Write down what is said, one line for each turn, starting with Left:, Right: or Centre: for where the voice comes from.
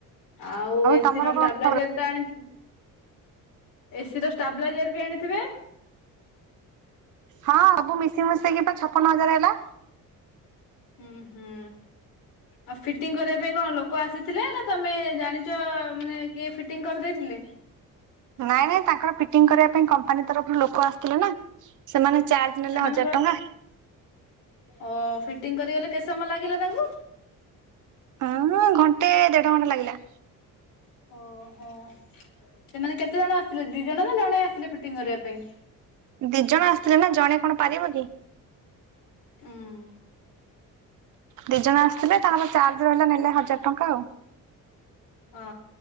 Left: ଆଉ ଏସି
Right: ତମର
Left: ର
Right: କଣ
Left: ଷ୍ଟାବିଲାଇଜରଟା
Right: ଖବର?
Left: ଆଣି ଏସିିର ଷ୍ଟାବିଲାଇଜର ବି ଆଣିଥିବେ।
Right: ହଁ ସବୁ ମିଶି ମୂଷା କି ବା ଛପନ ହଜାର ହେଲା।
Left: ହୁଁ ହୁଁ ଆଉ ଫିଟିଂ କରିବା ପାଇଁ କଣ ଲୋକ ଆସିଥିଲେ ନା ତମେ ଜାଣିଛ ମାନେ କିଏ ଫିଟିଂ କରିଦେଇଥିଲେ।
Right: ନାଇଁ ନାଇଁ ତାଙ୍କର ଫିଟିଙ୍ଗ କରିବା ପାଇଁ କମ୍ପାନୀ ତରଫରୁ ଲୋକ ଆସିଥିଲେ ନା। ସେମାନେ ଚାର୍ଜ ନେଲେ
Left: ସେମାନଙ୍କର
Right: ହଜାର ଟଙ୍କା।
Left: ଓ ଫିଟିଙ୍ଗ କରିଗଲେ କେତେ ସମୟ ଲାଗିଲା ତାଙ୍କୁ?
Right: ହୁଁ ଘଣ୍ଟେ ଦେଢ ଘଣ୍ଟା ଲାଗିଲା।
Left: ଓଃ ହୋ ସେମାନେ କେତେ ଜଣ ଆସିଲେ ଦି ଜଣ ନା ଜଣେ ଆସିଲେ ଫିଟିଂ କରିବା ପାଇଁ।
Right: ଦି ଜଣ ଆସିଥିଲେ ନା ଜଣେ କଣ ପାରିବ କି।
Left: ଉଁ
Right: ଦି ଜଣ ଆସିଥିଲେ ତାଙ୍କର ଚାର୍ଜ ରହିଲା ନେଲେ ହଜାର ଟଙ୍କା ଆଉ।
Left: ହଁ